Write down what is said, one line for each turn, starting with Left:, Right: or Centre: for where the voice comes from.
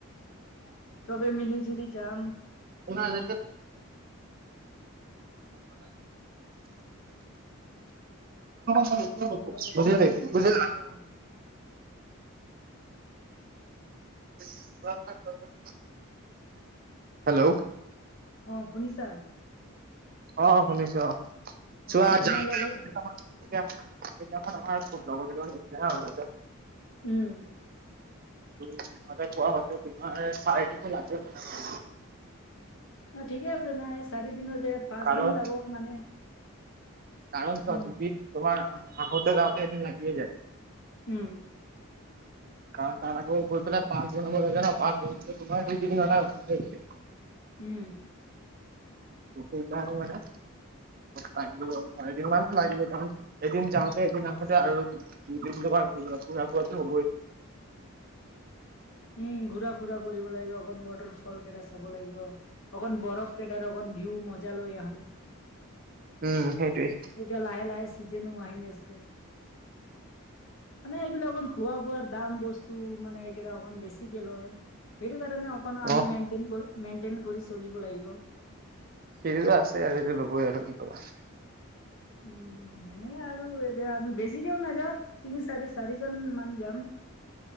Left: চেব মিলি জুলি যাম।
Right: <unintelligible> হ'ব চ
Left: মিলি
Right: বুজিলি
Left: জুলি
Right: বুজিলা।
Left: যাম
Right: <unintelligible> হেল্ল'
Left: অ, সুনিচা।
Right: অ, শুনিছো অ,
Left: অ
Right: চোৱা এতিয়া
Left: তোমাৰ লগৰ
Right: সেইদিনাখন আমাৰ ফুট লগৰ কেইটান আহিছিলে হা ওলাইছে।
Left: উম,
Right: <unintelligible>
Left: অ, ঠিকে আছে নাই চাৰিদিনৰ জেগাত পাঁচ
Right: কাৰণ
Left: দিন লাগক মানে।
Right: কাৰণ চোৱা
Left: উম
Right: তোমাৰ আহোতে জাওতে এদিন লাগে যায়।
Left: উম,
Right: কাৰণ তাৰ আকৌ গৈ পেলাই পাঁচ বনাব লাগে ন পাঁচ বন তোমাৰ দুই তিনি।
Left: উম,
Right: সেই, কাৰণ মানে। চাৰিদিন মত লাগিব কাৰণ এদিন যাওঁতে এদিন আহোতে আৰু। দুদিন তোমাৰ ঘোৰা ফোৰাটো হ'বই।
Left: উম, ঘূৰা ফুৰা কৰিব লাগিব অক ৱাটাৰ ফল কেইটা চাব লাগিব অকণ বৰফ। চ, কেইটাৰ অকণ ভিউ মজা লৈ আহো।
Right: উম, সেইটোৱেই।
Left: এতিয়া লাহে লাহে চিজনো আহি আছে। মানে এইবিলাক অকণ খোৱা বোৱাৰ দাম বস্তু মানে এইকেইটা অকণ। বেছি কে লয় সেইটো কাৰণে অকন‌ আমি
Right: অ
Left: মেনটেন কৰি চলিব লাগিব।
Right: সেৰিতো আছে আৰু সেইটো ল'বই আৰু কি ক'বা
Left: উম, উম, এনে আৰু এতিয়া আমি বেছিকেও নাযাত তিনি চাৰি চাৰি জন মান যাম।